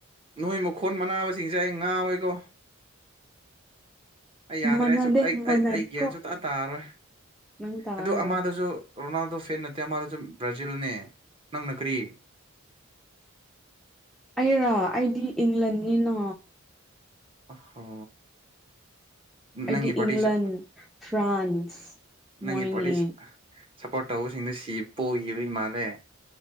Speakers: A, on the right (about 25°); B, in the centre.
A: ꯅꯣꯏ ꯃꯈꯣꯟ ꯃꯅꯥꯕꯁꯤꯡꯁꯦ ꯑꯩ ꯉꯥꯎꯏꯀꯣ ꯑꯩ
B: ꯃꯥꯟꯅꯗꯦ
A: ꯌꯥꯗ꯭ꯔꯦ ꯑꯩꯁꯨ ꯑꯩ
B: ꯃꯥꯟꯅꯗꯦꯀꯣ
A: ꯑꯩ ꯒ꯭ꯌꯥꯟ ꯁꯨ ꯇ ꯇꯥꯔꯔꯣꯏ
B: ꯅꯪ ꯇꯥꯔꯔꯣꯏ
A: ꯑꯗꯨ ꯑꯃꯗꯁꯨ ꯔꯣꯅꯥꯜꯗꯣ ꯐꯦꯟ ꯅꯠꯇꯦ ꯑꯃꯗ ꯁꯨꯝ ꯕ꯭ꯔꯥꯖꯤꯜꯅꯦ ꯅꯪꯅ ꯀꯔꯤ
B: ꯑꯩꯔꯣ ꯑꯩꯗꯤ ꯏꯪꯂꯦꯟꯅꯤꯅ
A: ꯑꯣ
B: ꯑꯩꯗꯤ
A: ꯅꯪꯒꯤ ꯄꯥꯕꯔꯇꯤꯁꯦ
B: ꯏꯪꯂꯟ ꯐ꯭ꯔꯥꯟꯁ
A: ꯅꯪꯒꯤ
B: ꯃꯣꯏꯅꯤ
A: ꯄꯥꯔꯇꯤꯁꯦ ꯁꯞꯄꯣꯔꯠ ꯇꯧꯕꯁꯤꯡꯗꯣ ꯁꯤ ꯄꯣꯛꯈꯤꯕ ꯃꯥꯜꯂꯦ